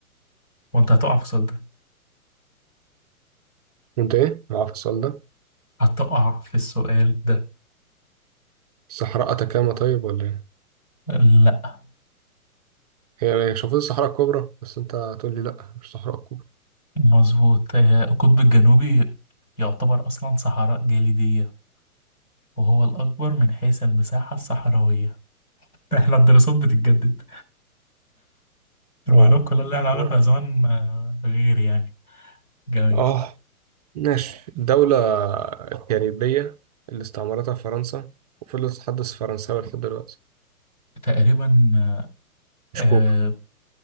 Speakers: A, on the left; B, on the right.
A: وأنت هتقع في السؤال ده
B: وانت ايه؟ عارف السؤال ده
A: هتقع في السؤال ده
B: الصحراء أتاكاما طيب ولا ايه؟
A: لأ
B: هي هي شوفوا الصحراء الكبرى بس انت هتقول لي لا مش الصحراء الكبرى
A: مظبوط آه، القطب الجنوبي يعتبر أصلا صحراء جليدية وهو الأكبر من حيث المساحة الصحراوية <laughs> إحنا الدراسات بتتجدد المعلومات
B: اه
A: كلها اللي إحنا عارفها
B: آه.
A: زمان آه، غير يعني جميل
B: آه ماشي دولة كاريبية اللي استعمرتها فرنسا وفضلت تتحدث فرنساوي لحد دلوقتي
A: تقريبا آه آه،
B: مش كوبا